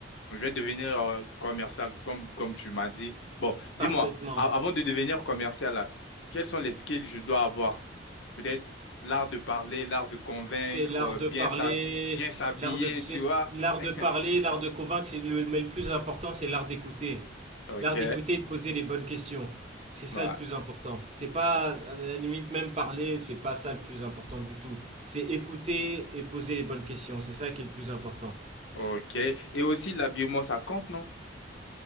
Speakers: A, on the left; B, on the right.
A: Je vais devenir euh, commercial, comme, comme tu m'as dit. Bon, dis-moi,
B: Parfaitement.
A: a- avant de devenir commercial, là, quels sont les skills que je dois avoir? Peut-être l'art de parler, l'art de convaincre,
B: C'est l'art
A: euh,
B: de
A: bien
B: parler,
A: s'hab- bien s'habiller,
B: l'art de, c'est
A: tu vois.
B: l'art
A: <laughs>
B: de parler, l'art de convaincre, c'est le, mais le plus important, c'est l'art d'écouter.
A: Ok,
B: L'art d'écouter et de poser les bonnes questions. C'est ça
A: ouais,
B: le plus important. C'est pas, à la limite, même parler, c'est pas ça le plus important du tout. C'est écouter et poser les bonnes questions. C'est ça qui est le plus important.
A: ok. Et aussi l'habillement, ça compte, non?